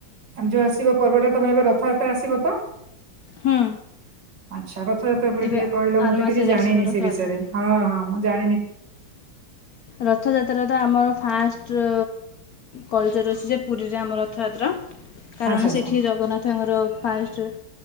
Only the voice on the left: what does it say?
ହୁଁ।
ଏବେ
ଆର
ମାସରେ
ଆସିବ ରଥଯାତ୍ରା
ରଥଯାତ୍ରା ତ ଆମ ଫାଷ୍ଟ କଲଚର ଅଛି ଯେ ପୁରୀରେ ଆମ ରଥଯାତ୍ରା। କାରଣ
ସେଠି ଜଗନ୍ନାଥଙ୍କର ଫାଷ୍ଟ